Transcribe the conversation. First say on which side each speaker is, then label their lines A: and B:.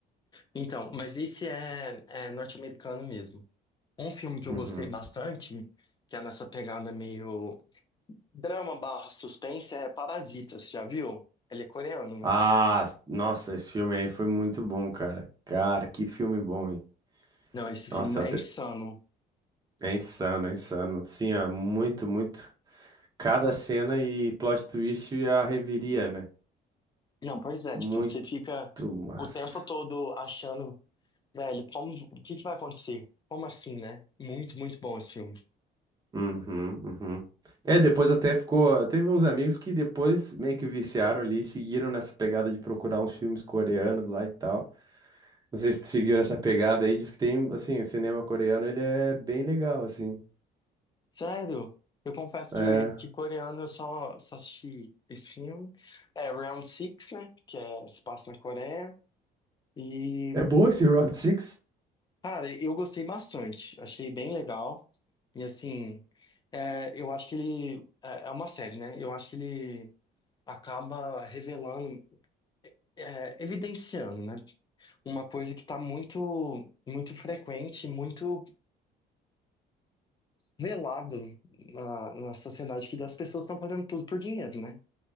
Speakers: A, on the left (about 25°); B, on the right (about 25°).
A: Então, mas esse é, é norte-americano mesmo. Um filme que eu
B: Uhum.
A: gostei bastante, que é nessa pegada meio. Drama barra suspense é Parasita, você já viu? Ele é coreano, né?
B: Ah, nossa, esse filme aí foi muito bom, cara. Cara, que filme bom, hein?
A: Não, esse
B: Nossa,
A: filme é
B: até-
A: insano.
B: É insano, é insano. Assim, ó, muito, muito. Cada cena e plot twist é a reviria, né?
A: Não, pois é,
B: Muito
A: tipo, você fica
B: massa.
A: o tempo todo achando, velho, como, o que que vai acontecer? Como assim, né? Muito, muito bom esse filme.
B: Uhum, uhum. É, depois até ficou. Teve uns amigos que depois meio que viciaram ali, seguiram nessa pegada de procurar uns filmes coreanos lá e tal. Não sei se tu seguiu essa pegada aí, diz que tem, assim, o cinema coreano, ele é bem legal, assim.
A: Sério, eu confesso
B: É.
A: que, que coreano eu só, só assisti esse filme. É Round Six né? Que é, se passa na Coreia. e
B: É boa esse Round Six?
A: Cara, eu gostei bastante, achei bem legal. E assim, é, eu acho que ele. É é uma série, né? Eu acho que ele acaba revelando, é, evidenciando, né? Uma coisa que está muito, muito frequente, muito velado na, na sociedade, que as pessoas estão fazendo tudo por dinheiro, né?